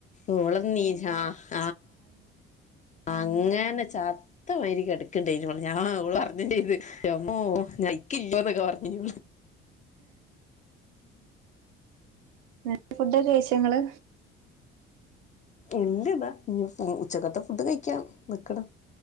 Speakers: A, on the left; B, on the right.
A: ഓള് നീജാ ആ അങ്ങനെ ചത്ത മാ രി കെടക്ക്ണ്ടയിനു ഞാ ഓള് പറഞ്ഞും ചെയ്ത് ന്റമ്മോ <unintelligible> പറഞ്ഞ്
B: ന്നി ഫുഡൊക്കെ കയ്ച്ചോ ങ്ങള്
A: ഇല്ല താ ഇഞ്ഞി ഉ ഉച്ചക്കത്തെ ഫുഡ് കഴിക്കണം നിക്ക്ണ്